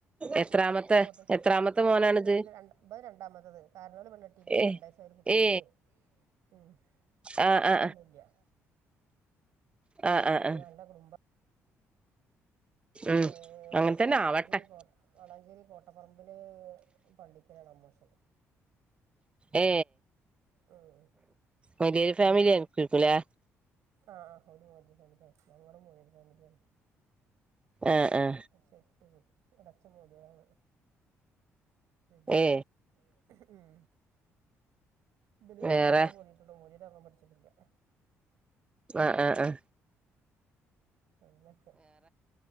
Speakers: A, on the right; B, on the right.
A: എത്രാമത്തെ
B: മൂത്ത മൂത്തശം
A: എത്രാമത്തെ
B: മൂത്തശം
A: മോനാണിത്
B: പെണ്ണിട്ടിക്ക് രണ്ട് ബെൻ രണ്ടാമത്തത് താ പെണ്ണ് കെട്ടീക്കണ്
A: ഏ
B: രണ്ടയസായ ഒരു കുട്ടിയുണ്ട്
A: ഏ
B: ഉം പെങ്ങമ്മാരൊന്നും
A: ആ ആ
B: ഇല്ല്യ
A: ആ ആ ആ ആ
B: നല്ല കുടുംബ
A: ഉം
B: ഏ വളാഞ്ചേരി
A: അങ്ങനെ തന്നെ
B: വളാഞ്ചേരി
A: ആവട്ടെ
B: കോട്ട് വളാഞ്ചേരി കോട്ട് ട്ടപറമ്പില് പള്ളിക്കലാണ് അമ്മോശൻ
A: ഏ
B: ഉം
A: വലിയ ഫാമിലിയ ആയിരിക്കുംലേ
B: ആ -ആ ഓര് മൂന്നുപേര് ഫാമിലിയാണ് ഞങ്ങളും മൂന്ന് പേര് ഫാമിലിയാണ്
A: ആഹ് ആ
B: പക്ഷേ ഉം അടച്ച മൂലയാണ് പിന്നെ
A: ഏ
B: ഏ ഉം ബലുവിനെ
A: വേറെ
B: കിത്താബ് ഓതീട്ടുണ്ട് ഓലീത് ആവാൻ പഠിച്ചിട്ടില്ല
A: ആഹ് -ആഹ് -ആഹ്
B: അന്നൊക്കെ